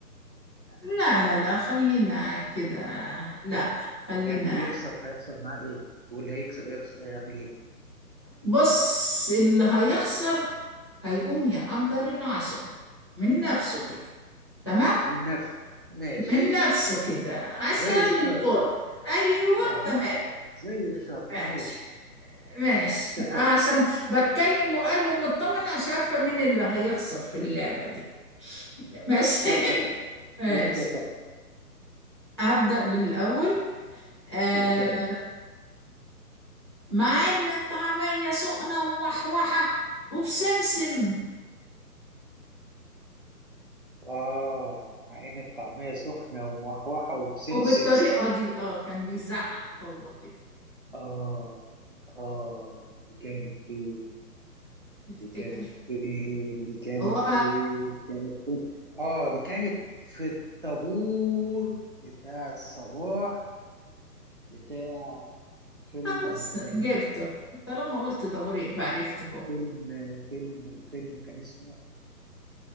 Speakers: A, on the left; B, on the right.
A: لا لا لا خلينا كده لا خلينا
B: يعني اللي يخسر هيحصل معاه ايه واللي هيكسب هيخسر هيعمل ايه
A: بص اللي هيخسر هيقوم يحضر العشاء من نفسه كده تمام
B: من نفسه ماشي
A: من نفسه كده عشاء
B: زي الشاطر
A: للكل ايوه
B: اه
A: تمام
B: زي الشاطر
A: ماشي
B: ماشي
A: ماشي
B: اتفق
A: عشان بتكلم وقلبي مطمن مش عارفه مين اللي هيخسر في اللعبه دي ماشي
B: اتفق
A: <laughs> ماشي
B: اتفق
A: هبدأ بالاول آه
B: ابدأي
A: مع ان الطعميه سخنه ومحوحه وبسمسم
B: اه مع ان الطعمية سخنة وموحوحة وبسمسم
A: وبالطريقه دي اه كان بيزعق هو كده
B: اه اه دي كانت فين
A: افتكر
B: دي كانت فين دي كانت
A: هو
B: فين دي كانت فين اه دي كانت في الطابور بتاع الصباح بتاع فيلم
A: خلاص
B: ايه
A: جبته طالما قلت طابور يبقى عرفته هو
B: فيلم فيلم والفيلم كان اسمه